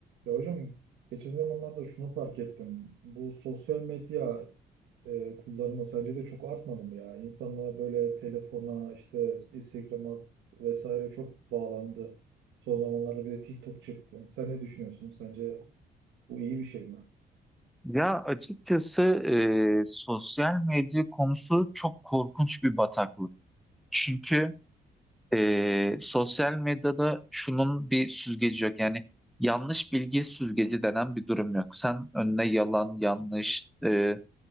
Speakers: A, on the right; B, in the centre.
A: Ya hocam geçen zamanlarda şunu fark ettim. Bu sosyal medya e, kullanımı sence de çok artmadı mı ya? İnsanlar böyle telefona, işte Instagram'a vesaire çok bağlandı. Son zamanlarda bir de TikTok çıktı. Sen ne düşünüyorsun? Sence bu iyi bir şey mi?
B: Ya açıkçası e, sosyal medya konusu çok korkunç bir bataklık. Çünkü e, sosyal medyada şunun bir süzgeci yok. Yani yanlış bilgi süzgeci denen bir durum yok. Sen önüne yalan, yanlış, e,